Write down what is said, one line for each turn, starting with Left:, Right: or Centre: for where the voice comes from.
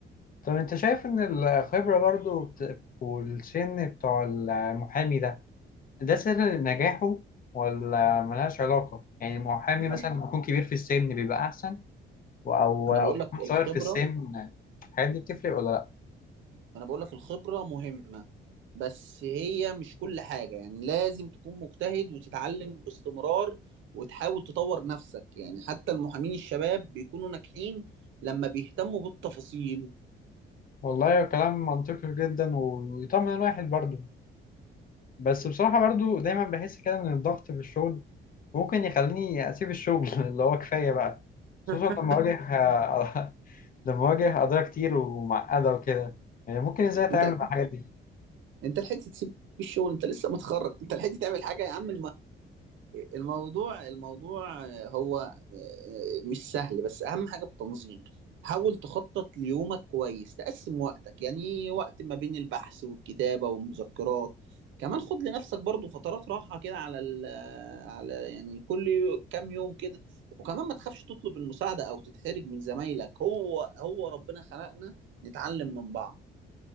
Left: طب انت شايف ان الخبرة برضو بت- والسن بتوع المحامي ده ده سر نجاحه ولا ملهاش علاقة يعني المحامي
Right: ما أنا
Left: مثلا
Right: ما
Left: لما يكون كبير في السن بيبقى احسن و- او
Right: أنا
Left: او
Right: بقول
Left: يكون
Right: لك الخبرة
Left: صغير في السن الحاجات دي بتفرق ولا لا
Right: انا بقول لك الخبرة مهمة بس هي مش كل حاجة يعني لازم تكون مجتهد وتتعلم باستمرار وتحاول تطور نفسك يعني حتى المحامين الشباب بيكونوا ناجحين لما بيهتموا بالتفاصيل
Left: والله كلام منطقي جدا ويطمن الواحد برضو بس بصراحة برضو دايما بحس كده ان الضغط في الشغل ممكن يخليني اسيب الشغل <laughs> اللي هو كفاية بقى خصوصا
Right: <laughs>
Left: لما اواجه <laughs> ده مواجه قضايا كتير ومعقدة وكده يعني ممكن ازاي اتعامل
Right: انت
Left: مع الحاجات دي
Right: انت لحقت تسيب الشغل انت لسه متخرج انت لحقت تعمل حاجة يا عم الموضوع الموضوع هو آه، مش سهل بس اهم حاجه التنظيم حاول تخطط ليومك كويس تقسم وقتك يعني وقت ما بين البحث والكتابه والمذكرات كمان خد لنفسك برضو فترات راحه كده على ال على يعني كل يو- كام يوم كده وكمان ما تخافش تطلب المساعده او تتحرج من زمايلك هو هو ربنا خلقنا نتعلم من بعض